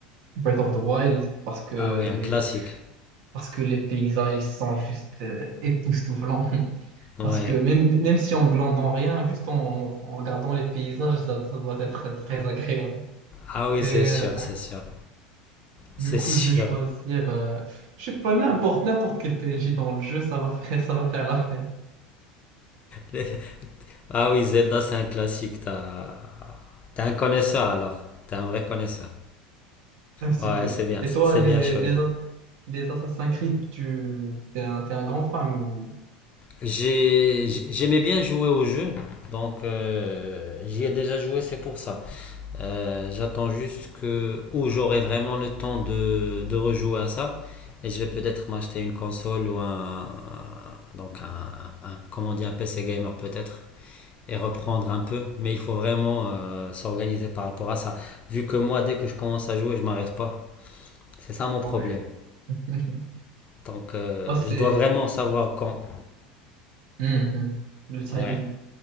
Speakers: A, on the right (about 70°); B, on the left (about 35°).
A: Breath of the Wild parce que
B: Ah oui, un
A: les,
B: classique.
A: parce que les paysages ils sont juste euh, époustouflants. <laughs>
B: Ouais.
A: Parce que même, même si on glandant rien, juste en, en regardant les paysages, ça, ça doit être très agréable.
B: Ah oui,
A: Et
B: c'est sûr,
A: euh,
B: c'est sûr. C'est
A: Du coup,
B: sûr.
A: je vais choisir, euh, je sais pas, n'importe, n'importe quel PNJ dans le jeu, ça va faire, ça va faire l'affaire,
B: Les- Ah oui, Zelda, c'est un classique. T'as... T'es un connaisseur alors. T'es un vrai connaisseur.
A: un petit
B: Ouais,
A: peu.
B: c'est bien,
A: Et
B: c'est
A: toi, les,
B: bien choisi.
A: les, les Assassin's Creed, tu, t'es un, t'es un grand fan ou...
B: J'ai... J'aimais bien jouer au jeu, donc euh, j'y ai déjà joué, c'est pour ça. Euh, j'attends juste que où j'aurai vraiment le temps de, de rejouer à ça et je vais peut-être m'acheter une console ou un, un- donc un, un- comment on dit, un PC gamer peut-être et reprendre un peu. Mais il faut vraiment euh, s'organiser par rapport à ça. Vu que moi, dès que je commence à jouer, je m'arrête pas. C'est ça mon problème.
A: Ouais. <laughs>
B: Donc euh,
A: moi c'est...
B: je dois vraiment savoir quand.
A: Mhm. Le timing.
B: Ouais.